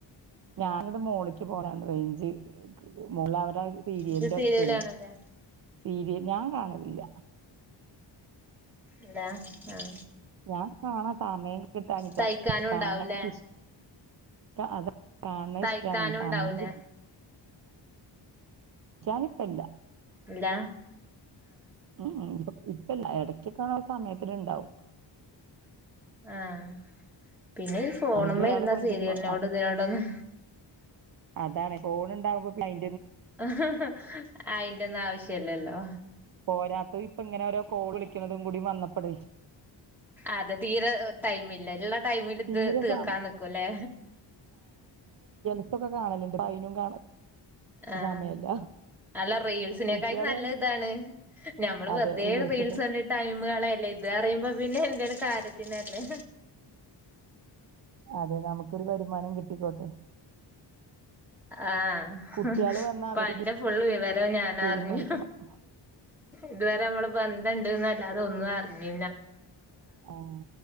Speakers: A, on the right; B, in the centre.
A: ഞാൻ ഇവ്ടെ മോലിക്ക് പോരാൻ റേഞ്ച് മോള അവടെ പീരി
B: ഇജ്
A: എറെ
B: സീരിയൽ
A: ഒച്ചേനെ
B: കാണൂലേ
A: സീരിയൽ ഞാൻ കാണലില്ല
B: ഇതാ ആഹ
A: ഞാൻ കാണാ സമയം കിട്ടാാനിട്ട
B: തയ്ക്കാനും
A: കാണക്കെ
B: ഉണ്ടാവൂലേ
A: അത കാണത്
B: തയ്ക്കാനും
A: ഇഷ്ടാണ് സമയം
B: ഉണ്ടാവൂലേ
A: കി ഞാനിപ്പല്ല
B: ഇല്ലാ
A: ഉം ഇപ്പ ഇപ്പല്ല ഇടക്കൊക്കാണ സമയത്തി ഇണ്ടാവും
B: ആഹ പിന്നെ ഈ ഫോണുമ്മേ
A: ആരെങ്കിലും ഒരാള്
B: ഇരെന്ന
A: കൊണ്ട്രുമ്പോ
B: സീരിയലിനോട് ഇതിനോടൊന്ന്
A: അതാണ് ഫോൺ ഉണ്ടാവുമ്പോ പിന്നെ അയ്
B: ആ ഹ ആ അയിന്റെ ഒന്നും ആവശ്യല്ലല്ലോ
A: പോരാത്തത് ഇപ്പ ഇങ്ങനെ ഓരോ കോള് വിളിക്കുന്നതും കൂടി വന്നപ്പട
B: അതെ തീരെ ടൈം ഇല്ല ള്ള ടൈമിൽ ഇത്
A: തീരെ
B: തീർക്കാ
A: സമ
B: നിക്കൂല്ലേ
A: ൊക്കെണാനലുണ്ട് പൈനും കാണ
B: ആഹ്
A: സമയല്ല
B: അല്ല റീൽസിനെക്കാായി
A: കുട്ട്യാള്
B: നല്ല ഇതാണ് നഞമ്മള്
A: അതെ
B: വെറുതെ
A: റിയൽസിന്
B: റീൽസ് കണ്ടിട്ട് ടൈം കളയണ്ട ല്ല ഇത് അറിയുമ്പോ പിന്നെ എന്തേലും കാര്യത്തിനല്ലേ
A: അതെ നമക്കൊരു വരുമാനം കിട്ടിക്കോട്ടെ
B: ആഹ
A: കുട്ടികള് വന്നാ
B: അപ്പൊ
A: അവര്
B: എന്റെ ഫുള് വിവരം ഞാൻ
A: ഗെയിം
B: അറിഞ്ഞു
A: കളിക്കണം <inaudible>
B: ഇതുവരെ നമ്മള് ബന്ധുണ്ട്ന്നല്ലാതെ ഒന്ന അറിഞ്ഞി
A: ആഹ